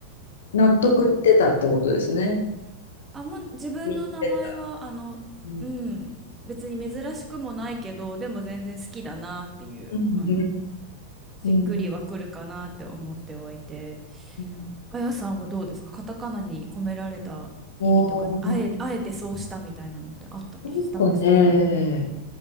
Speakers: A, on the left; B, on the right.
A: 納得いってたってことですね。
B: いいな。あんま自分の名前は、
A: 見てた
B: あの、
A: うん、
B: うん、別に珍しくもないけど、でも全然好きだなっていう、
A: うん
B: あの、しっくりはくるかなって思ってはいて。
A: うんうん。うん
B: あやさんはどうですかカタカナに込められた意味とか、
A: あー
B: あえ、あえてそうしたみたいなのってあったりしたんですかね
A: なんかね、